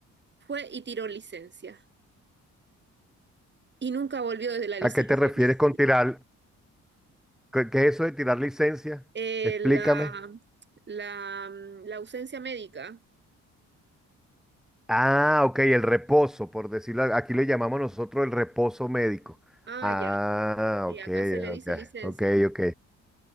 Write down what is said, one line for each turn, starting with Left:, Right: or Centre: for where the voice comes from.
Right: fue y tiró licencia. Y nunca volvió desde la licencia.
Centre: ¿A qué te refieres
Right: <laughs>
Centre: con tirar? ¿Qué qué es eso de tirar licencia?
Right: Eh,
Centre: Explícame.
Right: la, la, mm, la ausencia médica.
Centre: Ah, ok, el reposo, por decirlo, aquí le llamamos nosotros el reposo médico.
Right: Ah,
Centre: Ah,
Right: ya. Sí,
Centre: ok,
Right: acá se le dice
Centre: ok,
Right: licencia.
Centre: ok, ok,